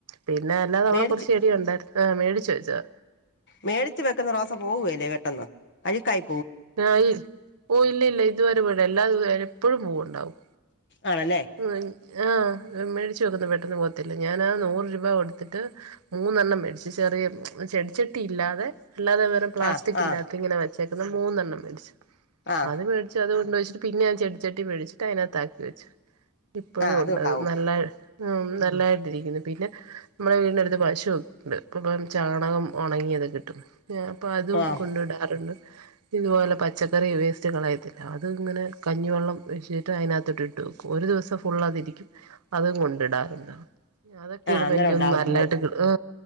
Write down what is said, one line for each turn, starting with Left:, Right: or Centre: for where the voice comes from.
Right: പിന്നെ അല്ലാതെ അവടെ
Left: മേടിച്ച്
Right: കൊറച്ച്ചെടി യുണ്ടാര് ആഹ് മേടിച്ച് വച്ച ച്ചാ
Left: മേടിച്ച് വെക്കുന്ന റോസ പോവേല്ല പെട്ടന്ന് അഴ്ക്കായി
Right: ആഹ് ഇ ഓഹ ഇല്ല ഇല്ല ഇതുവരെ ഇബേടല്ല ല്ലാതെ വരെ എപ്പോഴും പൂവുണ്ടാവും
Left: ആണല്ലേ
Right: ഉം എൻ ആഹ് ആ മേടിച്ചു വെക്കുന്ന പെട്ടന്ന് പോകത്തില്ല ഞാനാ നൂറ് രൂപ കൊടുത്തിട്ട് മൂന്നെണ്ണം മേടിച്ച് ചെറിയത് ചെടിച്ചട്ടി ഇല്ലാതെ ല്ലാതെ വെറും പ്ലാസ്റ്റിക്ക്‌
Left: ആ ആ
Right: ഇല്ലാത്ത ഇങ്ങനെ വെച്ച് തേക്ക്ന്നം മൂന്നെണ്ണം മേടിച്
Left: ആ
Right: അത് മേടിച്ച അത് വെച്ചിട്ട് പിന്നെ ഞാൻ ചെടിച്ചട്ടിമേടിച്ചിട്ട് അതിനകത്താക്കി വെച്ച് ഇപ്പഴും
Left: ആ അതുണ്ടാവും
Right: ഉണ്ടത് നല്ലേയ് ഉം നല്ലേയ് ഇരിക്ക്ന്ന് പിന്നെ മ്മളെ വീടിന്റെ അടുത്ത് പശുക്കണ്ട് അപ്പം ചാണകം ഒണങ്ങിയത് ക്കിട്ടും ഞാ അപ്പ അതും
Left: ആ
Right: കൊണ്ടിടാറ്ണ്ട് ഇതുപോലെ പച്ചക്കറി വേസ്റ്റ് കളയത്തില്ല അത് ങ്ങനെ കഞ്ഞിവെള്ളം ഒഴിച്ചിട്ട് അയ്നാത്ത്ട്ട്ട്ട് വെക്കും ഒരു ദിവസം ഫുള്ള് അതിരിക്കും അതും കൊണ്ടിടാറുണ്ട് അതൊക്കെടുമ്പോ
Left: ആഹ് അന്നേരം
Right: എനിക്ക്
Left: ഉണ്ടാവും
Right: തോനുന്നു നല്ലയിട്ട്
Left: പൂവ്
Right: കിട്ടും ആ